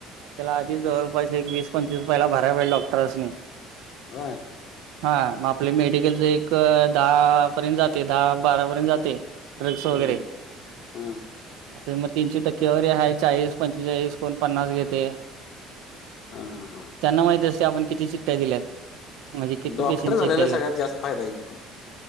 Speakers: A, on the right (about 80°); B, on the left (about 60°).
A: त्याला आधी जवळपास एक वीस पंचवीस पहिला भराय पाहिजे डॉक्टरासनी
B: होय
A: ह <inaudible> हा मग आपले मेडिकलच एक दहा पर्यंत जातय, दहा बारापर्यंत जातय. ड्रग्स वगैरे
B: हम्म हा
A: आता मग तीनशे टक्के व आहे चाळीस पं एसकोण पन्नास घेते.
B: अ हा, हा
A: त्यांना माहित अस आपण किती चिट्ट्या दिल्यात म्हणजे किती
B: डॉक्टर
A: पेशंट चेक
B: झालेला
A: केल्यात.
B: सगळ्यात जास्त फायदा आहे की मग